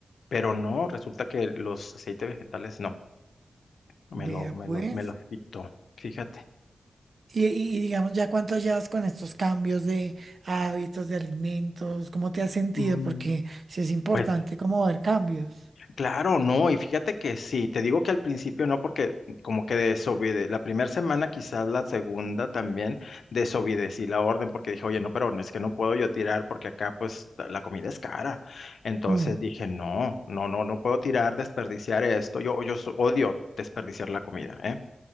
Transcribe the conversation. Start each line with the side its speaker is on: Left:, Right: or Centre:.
Left: Pero no, resulta que los aceites vegetales no, me
Right: Vea
Left: lo, me
Right: pues.
Left: lo, me los quitó, fíjate.
Right: Y, y- y digamos, ¿ya cuánto llevas con estos cambios de hábitos, de alimentos? ¿Cómo te has sentido?
Left: Mm,
Right: Porque sí es importante
Left: Pues
Right: como ver cambios.
Left: Claro, no, y fíjate que sí, te digo que al principio no, porque como que desobede, la primera semana, quizás la segunda también, desobedecí la orden porque dije, oye, no, pero es que no puedo yo tirar porque acá pues ta- la comida es cara. Entonces
Right: Mm,
Left: dije, no, no, no, no puedo tirar, desperdiciar esto. Yo, yo so- odio desperdiciar la comida, ¿eh?